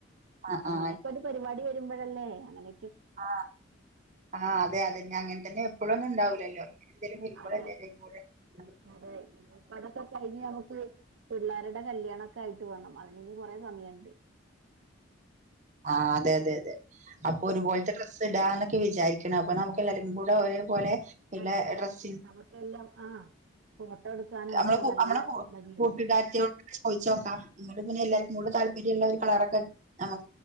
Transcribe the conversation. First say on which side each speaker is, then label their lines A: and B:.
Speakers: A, on the right (about 40°); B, on the right (about 75°).
A: ആ
B: <unintelligible>
A: ആ
B: ഇങ്ങനെയൊക്കെ ഒരു പരിപാടി വരുമ്പോഴല്ലേ അങ്ങനെ
A: ആ ആ അതെ അതെ അങ്ങനെ തന്നെ എപ്പോഴൊ ഒന്നും ഉണ്ടാവൂലല്ലോ എ നിമ്മല്ലല്ല
B: അതെ
A: <unintelligible>
B: അതെ ഇനിയിപ്പ അതൊക്കെ കഴിഞ്ഞ് നമുക്ക് പിള്ളാരുടെ കല്യാണ ആയിട്ട് വേണം അതി കൊറെ സമയുണ്ട്
A: ആഹ അതെ അതെ അതെ അപ്പൊ ഒരുപോലത്തെ ഡ്രസ്സ് ഇടാന്നൊക്കെ വിചാരിക്ക ണം അപ്പൊ നമുക്ക് എല്ലാരും കൂടെ ഒരെപോലെ നല്ല
B: അല്ല
A: ഡ്രസ്സി
B: നമുക്കെല്ലാം ആഹ് ഫോട്ടോ എടുക്കാനും
A: നമ്മള്
B: ഒക്കെ നല്ല
A: നമ്മള
B: ഭംഗിയായിരിക്കും
A: കൂട്ടുകാരത്തിയോട് ചോയിച്ചോക്കാം നിങ്ങടെ പിന്നെ എല്ലാവർക്കും കൂടെ താല്പര്യമുള്ള ഒരു കളറൊക്കെ നമ്മ